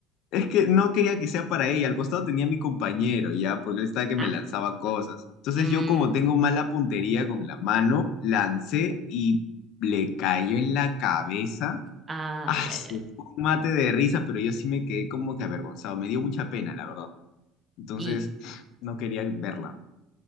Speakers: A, on the left; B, on the right.
A: es que no quería que sea para ella. Al costado tenía a mi compañero, ya, porque él estaba que me
B: Ah,
A: lanzaba cosas. Entonces
B: mm,
A: yo como tengo mala puntería con la mano, lancé y le cayó en la cabeza.
B: ay,
A: Ah,
B: ay,
A: su- fue un mate de risa, pero yo sí me quedé como que avergonzado. Me dio mucha pena, la verdad. Entonces,
B: ay.
A: no quería verla.